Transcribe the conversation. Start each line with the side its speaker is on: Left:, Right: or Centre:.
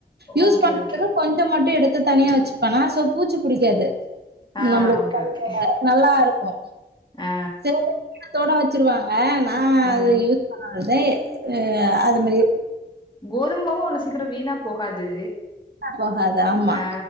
Right: யூஸ்
Left: ஓகே
Right: பண்றத
Left: ஓகே
Right: கொஞ்சோ மட்டு எடுத்து தனியா வச்சுப்பானா சோ பூச்சி புடிக்காது
Left: ஆ
Right: நம்மளுக்கு
Left: ஓகே
Right: கல்ல
Left: ஓகே
Right: நல்லா இருக்கு
Left: ஆ
Right: சில பேர் ஈரத்தோட வச்சிருவாங்க நா
Left: ம்
Right: அதை யூஸ் பண்ணாதத அ அது மேரியே
Left: கோதுமமாவு அவ்ளோ சீக்கிரோமா வீணா போகாது
Right: போகாது ஆமா
Left: ஆ